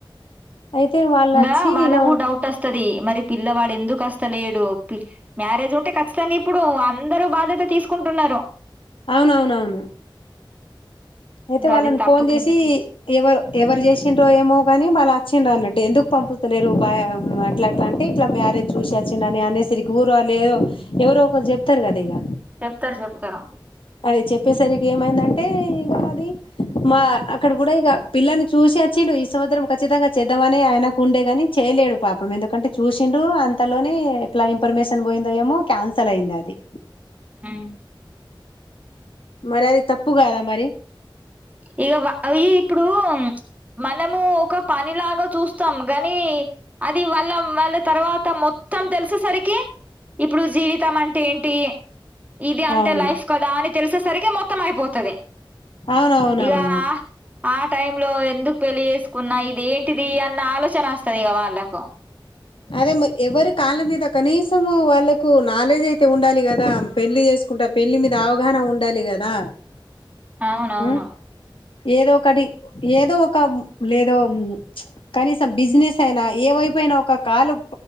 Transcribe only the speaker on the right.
ఇంకా
వాళ్ళకు
డౌట్ వస్తుది మరి పిల్లవాడు ఎందుకుస్తలేడు మ్యారేజ్ ఉంటే ఖచ్చితంగా ఇప్పుడు అందరుూ బాధ్యత తీసుకుంటున్నారు రో
ఇంగ
అది తప్పు
కింద చూస్
చెప్తారు చెప్తారూ
అ
ఇక వ అవి ఇప్పుడూ మనము ఒక పనిలాగ చూస్తాము గని అది వాళ్ళ వాళ్ళ తర్వాత మొత్తం తెలిసేసరికి ఇప్పుడు జీవితం అంటే ఏంటి ఇది అంటే
లైఫ్ కదా అని తెలిసేసరికి మొత్తం అయిపోతది
ఇక ఆ టైమ్ లో ఎందుకు పెళ్లి చేసుకున్నా ఇది ఏంటిది అన్న ఆలోచన వస్తుంది ఇక వాళ్ళకు
అవునవును